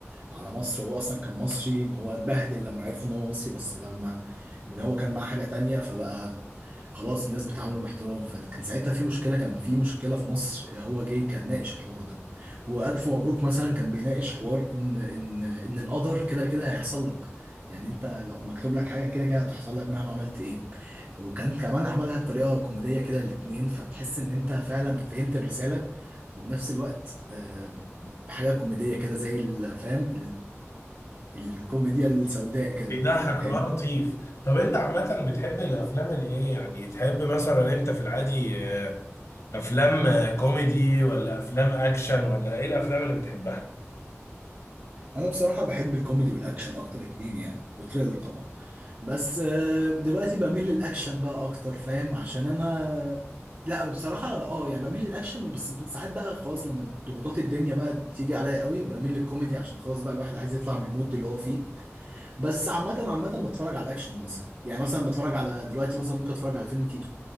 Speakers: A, on the right (about 45°); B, on the left (about 75°).
A: على مصر هو اصلا كان مصري ان هو اتبهدل لما عرفوا ان هو مصري بس لما ان هو كان معاه حاجة تانية فبقى خلاص الناس بتعامله باحترام فكان ساعتها في مشكلة كان في مشكلة في مصر هو جه كان ناقش الحوار ده وألف مبروك مثلا كان بيناقش حوار ان ان ان القدر كده كده هيحصل لك يعني انت لو مكتوب لك حاجة كده كده هتحصل لك مهما عملت ايه وكان كمان عملها بطريقة كوميدية كده الاتنين فتحس ان انت فعلا فهمت الرسالة وبنفس الوقت آه، بحاجة كوميدية كده زي الفهم الكوميديا السوداء كده
B: بيضحك
A: فاهم
B: اه لطيف طب انت عامة بتحب الافلام الايه يعني تحب مثلا انت في العادي آه، افلام آه، كوميدي ولا افلام اكشن ولا ايه الافلام اللي بتحبها
A: انا بصراحه بحب الكوميدي والاكشن اكتر اتنين يعني وتريلر طبعا بس آه، دلوقتي بميل للاكشن بقى اكتر فاهم عشان انا لا بصراحه اه يعني بميل للاكشن بس ساعات بقى خلاص لما ضغوطات الدنيا بقى بتيجي عليا قوي بميل للكوميدي عشان خلاص بقى الواحد عايز يطلع من المود اللي هو فيه بس عامة عامة بتفرج على الأكشن مثلا يعني مثلا بتفرج على دلوقتي مثلا ممكن أتفرج على فيلم تيتو